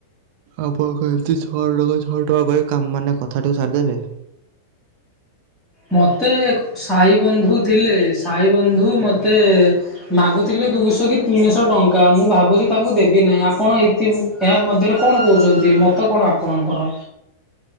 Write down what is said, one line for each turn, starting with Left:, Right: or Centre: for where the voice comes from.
Right: ଆପଣଙ୍କ ଏମିତି ଛ ଟଙ୍କା ଛଅ ଟଙ୍କା କହି କା ମାନେ କଥା ଟି ସାରିଦେବେ।
Centre: ମତେ ସାଇ ବନ୍ଧୁ ଥିଲେ ସାଇ ବନ୍ଧୁ ମତେ ମାଗୁଥିଲେ ଦୁଇଶହ କି ତିନିଶହ ଟଙ୍କା ମୁଁ ଭାବୁଛି ତାଙ୍କୁ ଦେବି ନାହିଁ ଆପଣ ଏତି ଏହା ମଧ୍ୟରେ କଣ କହୁଛନ୍ତି ମତ କଣ ଆପଣଙ୍କର?